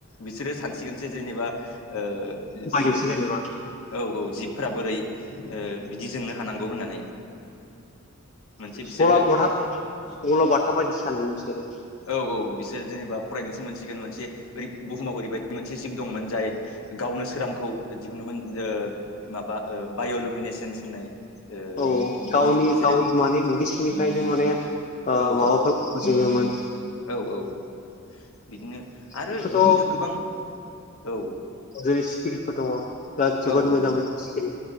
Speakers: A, on the left; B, on the left.
A: बिसोरो सानसिगोनसो जेनेबा ओ
B: बायदोंसो
A: जि
B: जेनेबा
A: औ औ जिबफ्रा बोरै ओ बिदि जोंनो हानांगौ होननानै। मोनसे बिसोरो
B: सल' बथा सल' बाथा बायदिसो सानगोन बिसोरो
A: औ औ बिसोर जेनेबा फरायनोसो मोनसिगोन मोनसे ओरै बुहुमाव ओरैबायदि मोनसे जिब दंमोन जाय गावनो सोरांखौ दिहुमोन माबा बाय'लुमिनेसन्स होननाय ओ
B: औ
A: बिदि
B: गावनि
A: बिसोरो
B: गावनि माने उदैसिनिफ्रायनो माने ओ
A: औ औ
B: माबाखौ जोङोमोन।
A: औ औ बिदिनो आरो
B: बेखौथ'
A: बिदिनो गोबां औ
B: जेरै सिखिरिफोर दङ' बिराद
A: औ
B: जोबोद
A: औ
B: मोजां
A: नोंथां
B: मोजां सिखिरि